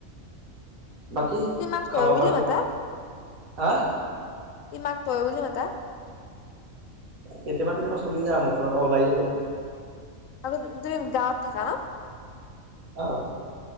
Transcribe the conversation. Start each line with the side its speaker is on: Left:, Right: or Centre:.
Right: বাকী
Left: তুমি মাক
Right: খাব
Left: তয় বুলি
Right: পাৰি
Left: মাতা?
Right: হা
Left: তুমি মাক তয় বুলি মতা?
Right: কেতিয়াবা- কেতিয়াবা চলি যায় মুখনৰ পৰা ওলাই যায়।
Left: আকৌ তুমি গাঁৱত থাকা ন।
Right: অ'।